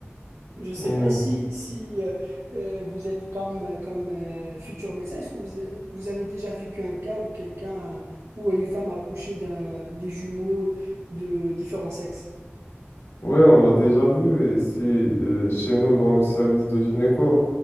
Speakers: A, on the right; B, on the left.
A: Je ne sais
B: Hmm.
A: pas si, si euh, euh, vous êtes comme, comme euh, futur médecin, est-ce que vous, vous avez déjà vécu un cas où quelqu'un ou une femme a accouché d'un, des jumeaux de différents sexes?
B: Ouais, on l'a déjà vu ici euh, chez nous dans le service de gynéco.